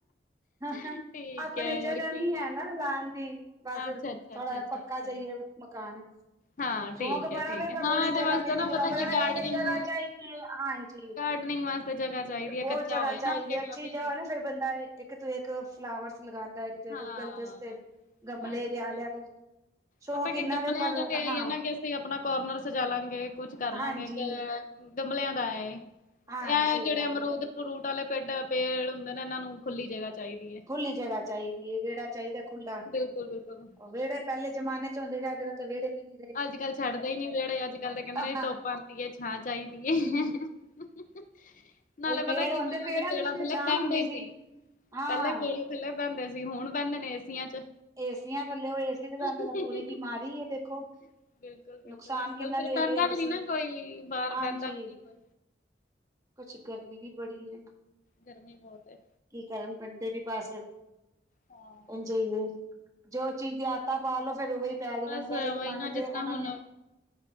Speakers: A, on the right; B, on the left.
A: ਹ ਹ
B: ਠੀਕ
A: ਆਪਣੇ
B: ਐ
A: ਜਗ੍ਹਾ
B: ਹੋਰ ਕੀ।
A: ਨੀ ਹੈ ਨਾ ਲਉਣ ਦੀ ਬਸ
B: ਅੱਛਾ, ਅੱਛਾ,
A: ਥੋੜਾ
B: ਅੱਛਾ, ਅੱਛਾ,
A: ਪੱਕਾ
B: ਅੱਛਾ।
A: ਜਾਈਏ ਮਕਾਨ
B: ਹਾਂ
A: ਸੌ਼ਕ
B: ਠੀਕ
A: ਬੜਾ
B: ਐ, ਠੀਕ
A: ਵੇ
B: ਐ
A: ਪਰ
B: ਹਾਂ
A: ਥੋੜ੍ਹੀ
B: ਇਹਦੇ
A: ਜਗਾ
B: ਵਾਸਤੇ
A: ਦੀ
B: ਨਾ
A: ਦਿੱਕਤ
B: ਪਤਾ
A: ਏ ਪਰ
B: ਕੀ ਗਾਰਡਨਿੰਗ
A: ਅਜੇ ਤੇ ਜਗਾ ਚਾਹੀਦੀ ਏ ਹਾਂ ਜੀ
B: ਗਾਰਡਨਿੰਗ ਵਾਸਤੇ ਜਗ੍ਹਾ ਚਾਹੀਦੀ ਐ
A: ਬਹੁਤ
B: ਕੱਚਾ
A: ਜਗ੍ਹਾ
B: ਹੋਏ
A: ਚਾਹੀਦੀਆਂ
B: ਨਾ ਅੱਗੇ
A: ਅੱਛੀ
B: ਕਾਫੀ
A: ਜਗ੍ਹਾ ਨਾ ਫੇਰ ਬੰਦਾ ਏਕ ਤੋ ਏਕ ਫਲਾਵਰਸ ਲਗਾਂਦਾ ਹੈ। ਤੇ
B: ਹਾਂ।
A: ਗੁਲਦਸਤੇ ਗਮਲੇ
B: ਅੱਛਾ।
A: ਲਿਆ ਲਿਆ ਕੇ ਸ਼ੌਕ
B: ਪਤਾ ਕੀ
A: ਇੰਨਾ
B: ਗਮਲਿਆਂ
A: ਵੇ ਪਰ
B: ਦਾ ਤੇ ਇ ਹੀ
A: ਹਾਂ
B: ਹੈ ਨਾ ਕਿ ਅਸੀਂ ਆਪਣਾ ਕੋਰਨਰ ਸਜਾ ਲਾਂਗੇ ਕੁਛ ਕਰ
A: ਹਾਂਜੀ
B: ਲਾਂਗੇ ਗਮਲਿਆਂ ਦਾ ਏ
A: ਹਾਂ
B: ਆ
A: ਸਹੀ
B: ਜੇੜੇ
A: ਗੱਲ
B: ਅਮਰੂਦ
A: ਹੈ।
B: ਫਰੂਟ ਵਾਲੇ ਪੇਡ ਪੇੜ ਹੁੰਦੇ ਨੇ ਇਹਨਾਂ ਨੂੰ ਖੁੱਲੀ ਜਗ੍ਹਾ ਚਾਹੀਦੀ ਐ
A: ਖੁੱਲੀ ਜਗ੍ਹਾ ਚਾਹੀਦੀ ਹੈ ਵਿਹੜਾ ਚਾਹੀਦਾ ਖੁਲਾ
B: ਬਿਲਕੁਲ, ਬਿਲਕੁਲ।
A: ਔ ਵਿਹੜੇ ਪਹਿਲੇ ਜਮਾਨੇ ਚ ਹੁੰਦੇ ਸੀ। ਅੱਜ-ਕੱਲ ਤਾਂ ਵਿਹੜੇ ਵੀ ਨੀ ਆ।
B: ਅੱਜ ਕੱਲ੍ਹ ਛੱਡਦੇ ਈ ਨੀ ਵਿਹੜੇ, ਅੱਜ ਕੱਲ ਤਾਂ ਕਹਿੰਦੇ
A: ਹਾਂ
B: ਨੇ ਧੁੱਪ ਆਂਦੀ ਏ, ਛਾਂ ਚਾਈਦੀ
A: ਹਮ
B: ਏ। <inaudible> ਨਾਲੇ
A: ਉਹੀ
B: ਪਤਾ
A: ਪੇੜ ਹੁੰਦੇ
B: ਕੀ ਪਹਿਲਾਂ
A: ਪੇੜਾਂ
B: ਤੇ
A: ਨੂੰ
B: ਪੇੜਾ
A: ਵੀ
B: ਥਲੇ
A: ਛਾਂ
B: ਪੈਂਦੇ
A: ਹੁੰਦੀ
B: ਸੀ।
A: ਹਾਂ
B: ਪਹਿਲੇ ਪੇੜ ਥੱਲੇ ਬਹਿੰਦੇ ਸੀ। ਹੁਣ ਬੈਂਦੇ ਨੇ ਏਸੀਆਂ ਚ
A: ਏਸੀਆਂ ਥੱਲੇ ਉਹ ਏਸੀ ਤੇ
B: <unintelligible>
A: ਤੁਹਾਨੂੰ ਪਤਾ ਪੂਰੀ ਬਿਮਾਰੀ ਦੇਖੋ।
B: ਬਿਲਕੁਲ-ਬਿਲਕੁਲ
A: ਨੁਕਸਾਨ
B: ਅੱਜ-ਕੱਲ
A: ਕਿੰਨਾ
B: ਫਿਰ
A: ਦੇ
B: ਬਹਿੰਦਾ
A: ਰਹੇ
B: ਵੀ
A: ਅਸੀਂ
B: ਨੀ ਨਾ ਕੋਈ, ਬਾਹਰ
A: ਹਾਂਜੀ
B: ਬਹਿੰਦਾ ਵੀ ਨੀ ਕੋਈ।
A: ਕੁਛ, ਗਰਮੀ ਵੀ ਬੜੀ ਐ।
B: ਗਰਮੀ ਬੋਤ ਏ।
A: ਕੀ ਕਰਨ ਬੰਦੇ ਵੀ ਬਸ ੳਂਜੇ
B: ਹਾਂ,
A: ਈ ਨੇ। ਜੋੇ ਉਹ ਚੀਜ਼ ਦੀਆਂ ਆਤਾਂ ਪਾ ਲੋੋ ਫੇਰ ਉਹ ਹੀ ਪੈ ਜਾਂਦਾ
B: ਬਸ
A: ਪਹਿਲੇ ਜਮਾਨੇ
B: ਵਹੀ ਨਾ
A: ਤੇ
B: ਜਿਸ ਤਰ੍ਹਾਂ
A: ਉਹਨਾਂ
B: ਹੁਣ
A: ਨੇ